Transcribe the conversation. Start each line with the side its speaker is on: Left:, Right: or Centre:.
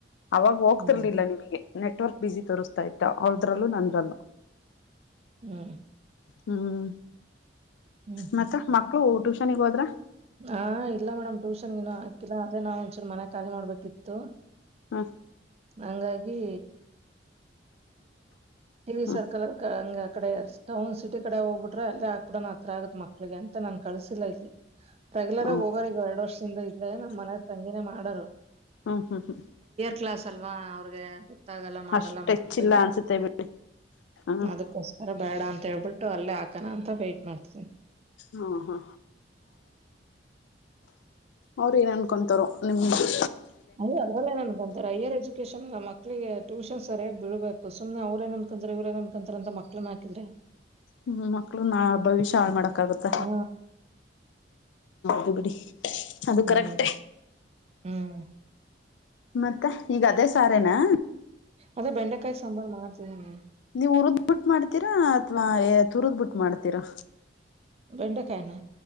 Left: ಅವಾಗ ಹೋಗ್ತಿರ್ಲಿಲ್ಲ
Right: ಹ್ಮ್
Left: ನಿಮಗೆ. ನೆಟ್ವರ್ಕ್ ಬಿಸಿ ತೋರಿಸ್ತಾ ಇಟ್ಟ ಅವಳದ್ರಲ್ಲೂ ನಂದ್ರಲ್ಲೂ.
Right: ಹ್ಮ್.
Left: ಹ್ಮ್
Right: ಹ್ಮ್
Left: ಮತ್ತ ಮಕ್ಕಳು ಟುಶನ್ ಗೆ ಹೋದ್ರ.
Right: ಹಾ ಇಲ್ಲ ಮೇಡಮ್ ಟ್ಯೂಷನ್ಗ ಹಾಕಿಲ್ಲ ಅ್ರೆ ನಾ್ ಒಂದಚೂ ಮನೆ ಖಾಲಿ ಮಾಡ್ಬೇಕು ಕಿತ್ತುಹಂಗಾಗಿ.
Left: ಹ್ಮ್
Right: ಹವಿ
Left: ಹ್ಮ್
Right: ಸರ್ಕಲ್ ಅ ಹಂಗ ಅ ಕಡೆ ಟೌನ್ ಸಿಟಿ. ಈ ಕಡೆ ಹೋಗ್ಬಿಟ್ರೆ ಅಲ್ಲ ಹ ಆಕ್ಬಿಡಣ ಆ ಹತ್ರ ಆಗತ್ ಮಕ್ಳಿಗೆ ಅಂತ ನನ್ ಕಳ್ಸಿಲ್ಲ ಇಲ್ಲಿ. ರೆಗ್ಯುಲರ್
Left: ಹೌದು
Right: ಆಗಿ ಹೋಗರ್ ಈಗ ಎರಡು ವರ್ಷದಿಂದ ಇದಲೇ ನಮ್ ಮನಾರ್ ತಂಗಿನೇ ಮಾಡರು.
Left: ಹಾ ಹಾ ಹಾ.
Right: ಕ್ಲಾಸ್ ಅಲ್ವಾ ಅವ್ರಿಗೆ ಗೊತ್ತಾಗಲ್ಲ ಮಾಡಲ್ಲ
Left: ಅಷ್ಟ
Right: ಮಕ್ಕಳ.
Left: ಹೆಚ್ಚಿಲ್ಲ ಅನ್ಸುತ್ತೆ ಬಿಡಿ ಹ ಹ್ಮ
Right: ಅದಕೋಸ್ಕರ ಬೇಡ ಅಂತ ಹೇಳ್ಬಿಟ್ಟು ಅಲ್ಲೇ ಹಾಕಣ ಅಂತ ಬೈಟ್ ಮಾಡ್ತೀನಿ
Left: ಹಾ ಹಾ ಅವ್ರ ಏನನ್ ಕೊಂತರೋ ನಿಮ್ದಗೆ
Right: ಅಯ ಅದ್ರಲ್ಲೇ ನನ್ ಕಂತಾರೆ ಅಯ್ಯ ರಜೆ ಕೇಶನ್ ನ ಮಕ್ಳಿಗೆ ಟ್ಯೂಷನ್ ಸರಿ ಬ ಬಿಳ್ಬೇಕುಮ್ನೆ ಅವ್ರೇನ್ಕಂತ್ರ ಇವ್ರ ೇನ್ಕಂತ ಅಂತಕ್ನ್ ಹಾಕಿದ್ರೆ
Left: ಹ್ಮ ಮಕ್ಳು ನ ಭವಿಷ್ಯ ಹಾಳ ಮಾಡಕ್ಗತ್ತ
Right: ಹ
Left: ದು ಬಿಡಿ ಅದು
Right: ಹ್ಮ್
Left: ಕರೆಕ್ಟೇ
Right: ಹ್ಮ್
Left: ಮತ್ತೆ ಈಗ ಅದೇ ಸಾರನಾ
Right: ಅದೇ ಬೆಂಡೆಕಾಯಿ ಸಾಂಬಾರು ಮಾಡ್ತಿದೀನಿ
Left: ನೀವು್ ಉರದ್ ಬಿಟ್ಟ ಮಾಡ್ತೀರಾ ಅಥವಾ ತುರ್ದ್ ಬಿಟ್ಟ ಮಾಡ್ತೀರಾ
Right: ಬೆಂಡೆ ಕಾಯನಾ